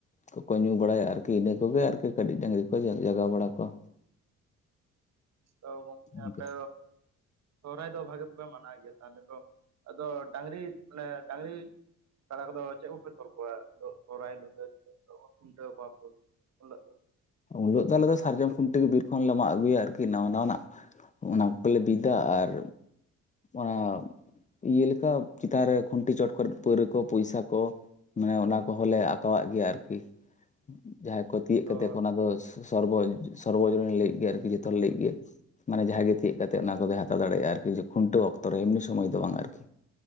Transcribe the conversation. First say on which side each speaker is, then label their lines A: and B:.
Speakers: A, on the left; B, on the right.
A: ᱠᱚᱠᱚ ᱧᱩ ᱵᱟᱲᱟᱭᱟ ᱟᱨᱠᱤ ᱤᱱᱟᱹ ᱠᱚᱜᱮ ᱟᱨᱠᱤ ᱠᱟᱹᱴᱤᱡ ᱰᱟᱝᱨᱤ ᱠᱚ ᱡᱟᱜᱟᱣ ᱵᱟᱲᱟ ᱠᱚᱣᱟ
B: ᱛᱚ ᱜᱚᱝᱠᱮ
A: ᱤᱱᱠᱟᱹ
B: ᱟᱯᱮ ᱥᱚᱦᱨᱟᱭ ᱫᱚ ᱵᱷᱟᱜᱮ ᱯᱮ ᱢᱟᱱᱟᱣ ᱜᱮᱭᱟ ᱛᱟᱦᱞᱮ ᱫᱚ ᱟᱫᱚ ᱰᱟᱝᱨᱤ ᱢᱟᱱᱮ ᱰᱟᱝᱨᱤ ᱠᱟᱲᱟ ᱠᱚᱫᱚ ᱪᱮᱫ ᱠᱚᱯᱮ ᱛᱚᱞ ᱠᱚᱣᱟ ᱥᱚᱨᱦᱟᱭ ᱦᱤᱞᱳᱜ ᱫᱚ ᱠᱷᱩᱱᱴᱟᱹᱣ ᱠᱚᱣᱟ ᱯᱮ ᱮᱱᱦᱤᱞᱳᱜ ᱫᱚ ᱾
A: ᱩᱱ ᱦᱤᱞᱳᱜ ᱫᱚ ᱟᱞᱮᱫᱚ ᱥᱟᱨᱡᱚᱢ ᱠᱷᱩᱱᱴᱤ ᱜᱮ ᱵᱤᱨ ᱠᱷᱚᱱᱞᱮ ᱢᱟᱜ ᱟᱹᱜᱩᱭᱟ ᱟᱨᱠᱤ ᱱᱟᱣᱟ ᱱᱟᱣᱟᱱᱟᱜ᱾ ᱚᱱᱟ ᱠᱚᱜᱮᱞᱮ ᱵᱤᱫᱟ ᱟᱨ ᱚᱱᱟ ᱤᱭᱟᱹ ᱞᱮᱠᱟ ᱪᱮᱛᱟᱱ ᱨᱮ ᱠᱦᱩᱱᱴᱤ ᱪᱚᱴ ᱠᱚᱨᱮ ᱯᱟᱹᱣᱨᱟ ᱠᱚ ᱯᱚᱭᱥᱟ ᱠᱚ ᱾ ᱢᱟᱱᱮ ᱚᱱᱟ ᱠᱚᱦᱚᱸᱞᱮ ᱟᱠᱟᱣᱟᱫ ᱜᱮᱭᱟ ᱟᱨᱠᱤ ᱡᱟᱦᱟᱸᱭ ᱠᱚ ᱛᱤᱭᱟ.
B: ᱟᱫᱚ
A: ᱜ ᱠᱟᱛᱮᱫ ᱟᱫᱚ ᱥᱚᱨᱵᱚ ᱥᱚᱨᱵᱚ ᱥᱚᱨᱵᱚᱡᱚᱱᱤᱱ ᱞᱟᱹᱜᱤᱫ ᱜᱮ ᱟᱨᱠᱤ ᱡᱷᱚᱛᱚ ᱦᱚᱲ
B: ᱦᱩᱸ
A: ᱞᱟᱹᱜᱤᱫ ᱜᱮ᱾ ᱢᱟᱱᱮ ᱡᱟᱸᱦᱟᱭ ᱜᱮ ᱛᱤᱭᱟ. ᱜ ᱠᱟᱛᱮᱫ ᱚᱱᱟ ᱠᱚᱫᱚᱭ ᱦᱟᱛᱟᱣ ᱫᱟᱲᱮᱭᱟᱜᱼᱟ ᱟᱨᱠᱤ ᱠᱷᱩᱱᱴᱟᱹᱣ ᱚᱠᱛᱚ ᱨᱮ ᱮᱢᱱᱤ ᱥᱚᱢᱚᱭ ᱫᱚ ᱵᱟᱝ ᱟᱨᱠᱤ᱾